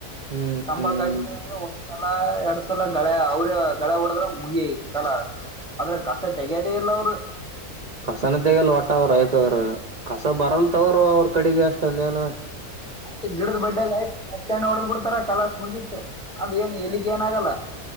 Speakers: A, on the right; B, in the centre.
A: ಹ್ಮ್
B: ತಂಬಾಕಾಯಕ
A: ಹ್ಮ್
B: ಒ ಸಲ ಎರಡ್ ಸಲ ಗಳ ಅವ್ರ ಗಳೇ ಹೊಡದ್ರ ಮುಗಿ ಕಲ ಆದ್ರೆ ಕಸ ತೆಗೆಯದೇ ಇಲ್ಲ ಅವರು
A: ಕಸನ ತೆಗಲ್ ಒಟ್ಟ ಅವ್ರ ಆಯ್ತದ್ರ ಕಸ ಬರಲ್ತವರು ಅವ್ರ ಕಡೆಗೆ ಅಷ್ಟಂದ ಏನ
B: ಆ ಡದ ಬಡ್ಡಲ್ಲಯ ಬಸ್ ಸ್ಟ್ಯಾಂಡ್ ನೋಡದ್ ಬಿಡ್ತಾರ ಕಲಾಸ್ ಮುಗಿತ ಅದ ಏನು ಎಲ್ಲಿಗೆ ಏನಾಗಲ್ಲ